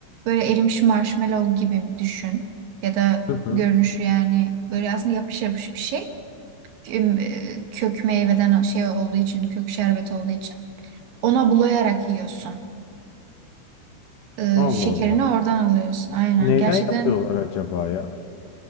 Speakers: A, on the right; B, on the left.
A: Böyle erimiş marshmallow gibi düşün. Ya da
B: Hı hı.
A: görünüşü yani böyle aslında yapış yapış bir şey. Küm- e, Kök meyveden şey olduğu için, kök şerbeti olduğu için. Ona bulayarak yiyorsun. E,
B: Allah
A: şekerini
B: Allah.
A: oradan alıyorsun. Aynen.
B: Neyden
A: Gerçekten
B: yapıyorlar acaba ya?